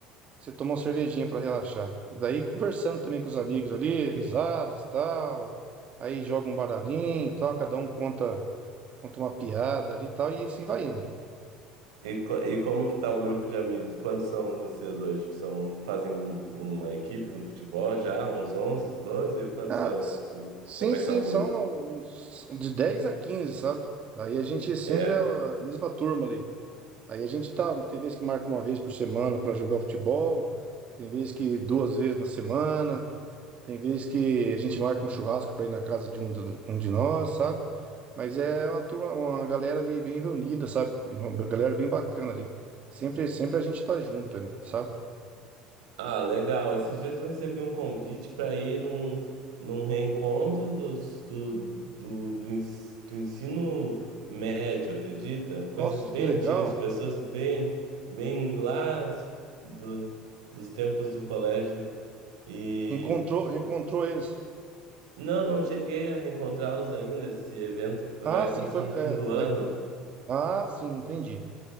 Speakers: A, on the right (about 45°); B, on the right (about 85°).
A: você toma uma cervejinha pra relaxar. Daí conversando também com os amigos ali, risadas, tal. Aí joga um baralhinho, tal, cada um conta conta uma piada ali, tal, e assim vai indo.
B: E, co- e como que tá o grupo de amigos? Quantos são vocês hoje? São, fazem um- uma equipe no futebol já? Uns 11, 12? Quantos
A: Ah,
B: são?
A: s-
B: Os-
A: sim,
B: como é
A: sim,
B: que tá o
A: são
B: grupo?
A: uns de 10 a quinze sabe? Aí a gente sempre
B: É?
A: é a mesma turma ali. Aí a gente tá, tem vezes que marca uma vez por semana pra jogar futebol, tem vezes que duas vezes na semana, tem vezes que a gente marca um churrasco pra ir na casa de um de, um de nós, sabe? Mas é uma turma, uma galera ali bem reunida, sabe? Uma galera bem bacana ali. Sempre, sempre a gente tá junto ali, sabe?
B: Ah, legal. Esses dias eu recebi um convite para ir num, num reencontro dos, do, do, do, ens- do ensino médio, acredita? Coisas
A: Nossa,
B: bem
A: que legal.
B: antigas, de pessoas bem, bem lá do, dos tempos do colégio. E
A: Encontrou, reencontrou eles.
B: não, não cheguei a reencontrá-los ainda. Esse evento vai
A: Ah,
B: acontecer
A: sim, foi,
B: no fim
A: é,
B: do
A: vai-
B: ano.
A: Ah, sim, entendi.